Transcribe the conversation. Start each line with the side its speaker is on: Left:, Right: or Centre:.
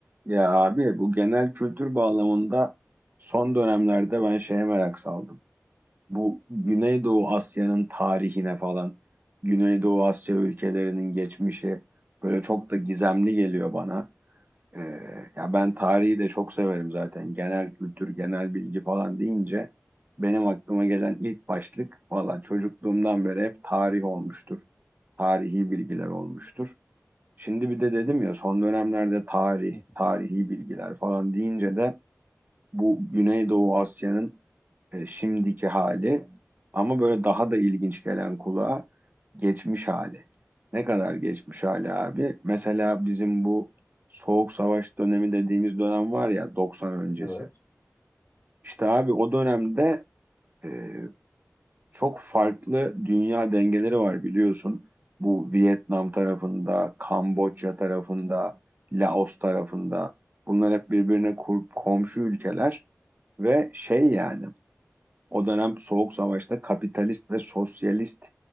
Right: Ya abi bu genel kültür bağlamında son dönemlerde ben şeye merak saldım. Bu Güneydoğu Asya'nın tarihine falan, Güneydoğu Asya ülkelerinin geçmişi böyle çok da gizemli geliyor bana. Ee, ya ben tarihi de çok severim zaten. Genel kültür, genel bilgi falan deyince benim aklıma gelen ilk başlık valla çocukluğumdan beri hep tarih olmuştur. Tarihi bilgiler olmuştur. Şimdi bir de dedim ya son dönemlerde tarih,
Left: Hı hı.
Right: tarihi bilgiler falan deyince de bu Güneydoğu Asya'nın e, şimdiki hali ama böyle daha da ilginç gelen kulağa geçmiş hali. Ne kadar geçmiş hali abi? Mesela bizim bu Soğuk Savaş dönemi dediğimiz dönem var ya 90 öncesi.
Left: Evet,
Right: İşte abi o dönemde e, çok farklı dünya dengeleri var biliyorsun. Bu Vietnam tarafında, Kamboçya tarafında, Laos tarafında. Bunlar hep birbirine kur- komşu ülkeler ve şey yani o dönem Soğuk Savaş'ta kapitalist ve sosyalist